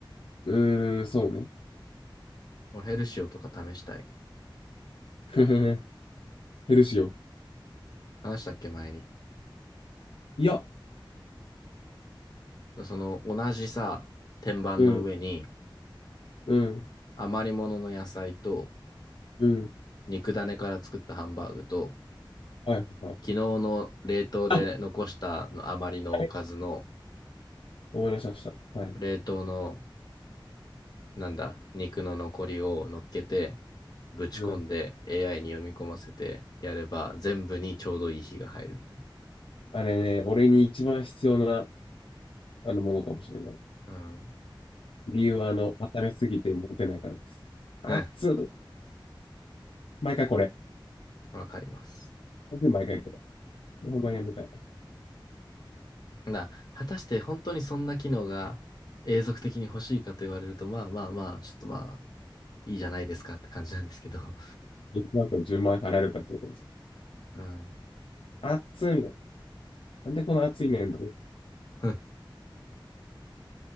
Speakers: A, on the left (about 85°); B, on the left (about 50°).
A: うーん、そうね。
B: 俺ヘルシオとか試したい。
A: <laughs> ふふふヘルシオ。
B: 話したっけ前に。
A: いや、
B: その同じさ、天板の上に
A: うん、うん、
B: 余り物の野菜と
A: うん。
B: 肉種から作ったハンバーグと
A: はい、はい。
B: 昨日の冷凍で残したの余りのおかずの
A: あ、あれ思い出しました。はい。
B: 冷凍のなんだ、肉の残りを乗っけてぶち込んで
A: うん。
B: AI に読み込ませてやれば全部にちょうどいい火が入るみたい
A: あれね、俺に一番必要なあのものかもしれない。
B: な。うん。
A: 理由は、あの、温めすぎて持てないからです。
B: うん。
A: 熱っ毎回これ。
B: わかります。
A: 毎回これ。ほんまやめたい。
B: な、果たして本当にそんな機能が永続的に欲しいかと言われると、まあまあまあ、ちょっとまあ、いいじゃないですかって感じなんですけど。
A: なんか10万円払えるかってところです。
B: <laughs> うん。
A: 熱いみたいな。なんでこの熱いねんとか。
B: <laughs>